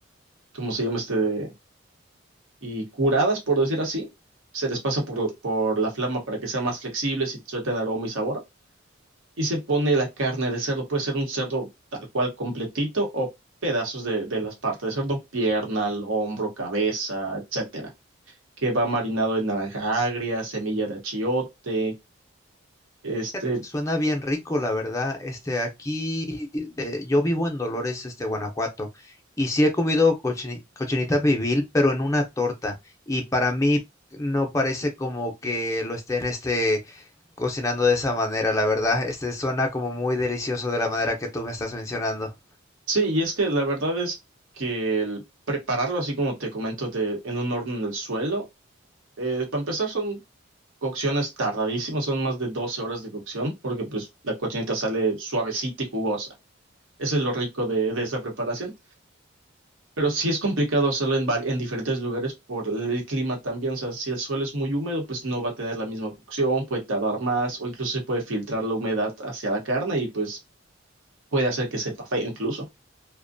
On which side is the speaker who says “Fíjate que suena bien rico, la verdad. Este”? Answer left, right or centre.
Left